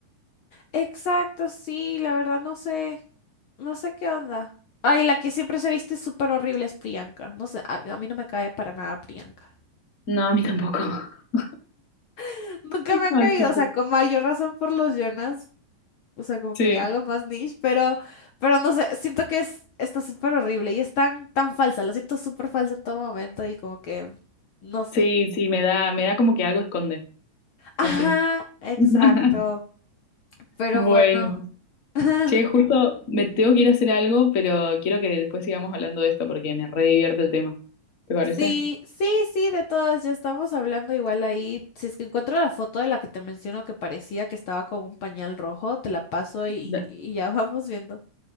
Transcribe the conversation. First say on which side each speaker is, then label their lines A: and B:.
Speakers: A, on the left; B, on the left.
A: Exacto, sí, la verdad no sé, no sé qué onda. Ay, la que siempre se viste súper horrible es Priyanka. No sé, a, a mí no me cae para nada Priyanka.
B: No, a mí tampoco. <laughs>
A: <laughs> Nunca me ha
B: Así
A: caído, o
B: que
A: sea, con mayor razón por los Jonas, O sea, como
B: sí,
A: que ya algo más niche, pero, pero no sé, siento que es, está súper horrible y es tan, tan falsa, la siento súper falsa en todo momento y como que, no sé.
B: sí, sí, me da, me da como que algo esconde,
A: Ajá,
B: así.
A: exacto,
B: <laughs>
A: pero
B: Bueno,
A: bueno. <laughs>
B: Che, justo me tengo que ir a hacer algo, pero quiero que después sigamos hablando de esto porque me re divierte el tema. ¿Te parece?
A: Sí, sí, sí, de todas, ya estamos hablando igual ahí. Si es que encuentro la foto de la que te menciono que parecía que estaba con un pañal rojo, te la paso y,
B: Da-
A: y ya vamos viendo.